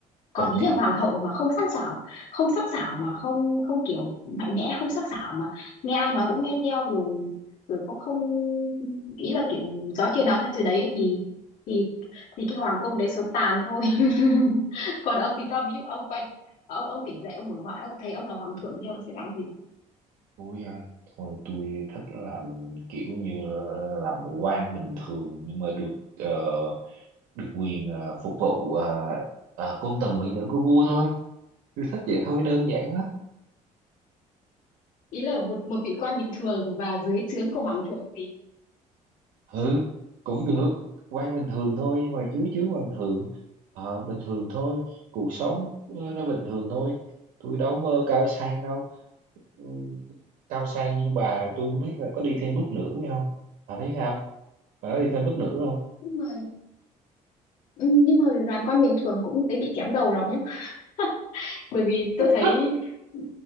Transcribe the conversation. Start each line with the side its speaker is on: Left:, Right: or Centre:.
Left: còn
Right: Ok,
Left: nếu như hoàng hậu mà không sắc sảo không sắc sảo mà không không kiểu mạnh mẽ không sắc sảo mà nghe ai nói cũng nghe theo rồi rồi cũng không ý là kiểu gió chưa nói theo chưa đấy ấy, thì thì thì cái hoàng cung đấy sớm tàn thôi <laughs> còn ông thì sao ví dụ ông quay ông ông tỉnh dậy ông mở mắt ông thấy ông là hoàng thượng thì ông sẽ làm gì
Right: tôi à, thôi tôi thích làm kiểu như làm quan bình thường nhưng mà được ờ, được quyền ờ, phục vụ ờ, ờ, cung tần mỹ nữ của vua thôi. Tôi thích vậy thôi, đơn giản lắm.
Left: ý là một một vị quan bình thường và dưới trướng của hoàng thượng gì
Right: ừ cũng được quan bình thường thôi nhưng mà chứ chứ quan thượng ờ, bình thường thôi cuộc sống ờ, nó bình thường thôi tôi đâu mơ cao sang đâu Ừ, cao sang như bà tôi không biết là có đi thêm bước nữa hay không bà thấy sao bà có đi thêm bước nữa không
Left: nhưng mà ừ, nhưng mà làm quan bình thường cũng dễ bị kém đầu lắm nhé <laughs> bởi vì tôi
Right: <laughs>
Left: thấy ừ,